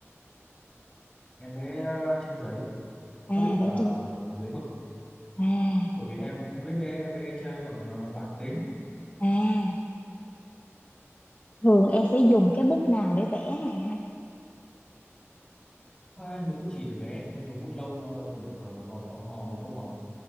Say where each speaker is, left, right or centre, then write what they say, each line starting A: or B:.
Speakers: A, on the left; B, on the left.
A: em vẽ trên giấy
B: à
A: bút
B: vẽ
A: và
B: trên
A: giấy mực
B: à
A: bởi vì em không biết vẽ vẽ tre bằng ờ, bảng tính
B: à thường em sẽ dùng cái bút nào để vẽ hả?
A: Thôi em dùng bút chì để vẽ em dùng bút lông ờ, vừa để cọ, cọ, cọ màu và tô màu